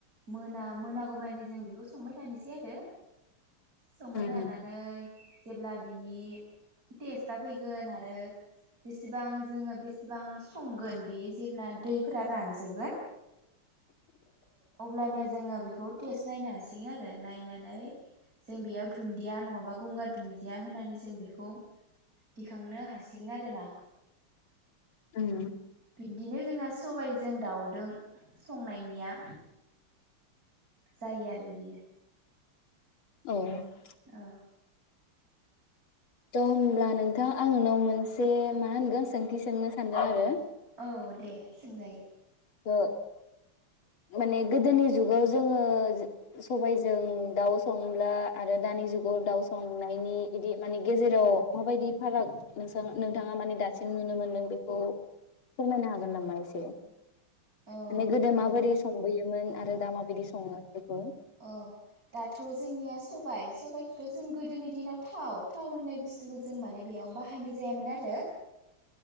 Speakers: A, on the right; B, on the left.
A: मोना मोनागौमानि जों बेखौ संबाय थानोसै आरो संबाय
B: उम
A: थानानै जेब्ला बिनि टेस्टआ फैगोन आरो जेसेबां जोङो बेसेबां संगोन बेयो जेब्ला दैफोरा रान जोबगोन अब्लानिया जोङो बे खौ टेस्ट नायनो हासिगोन आरो नायनानै जों बेयाव दुनदिया नङाबा गंगार दुनदिया होनानै जों बेखौ दिखांनो हासिगोन आरोना
B: उम
A: बिबदिनो जोंना सबाइ दाउदों संनायनिया जायो आरो बिदिनो
B: औ
A: औ
B: त' होमब्ला नोंथां आं नोंनाव मोनसे मा होनगोन सोंथि सोंनो सानदों आरो
A: औ दे सोंजायो
B: ओ माने गोदोनि जुगाव जोङो सबाइजों दाउ संब्ला आरो दानि जुगाव दाउ संनायनि इदि माने गेजेराव माबायदि फाराग नों नोंथाङा माने दासिम नुनो मोनदों बेखौ फोरमायनो हागोन नामा एसे
A: औ
B: माने गोदो माबोरै संबोयोमोन आरो दा माबायदि सङो बेखौ
A: अ दाथ' जोंनिया सबाइ सबाइखौथ' जों गोदोनि दिनाव थाव थाव होननाय बुस्थुखौ जों माने बेयाव बाहायनाय जायामोन आरो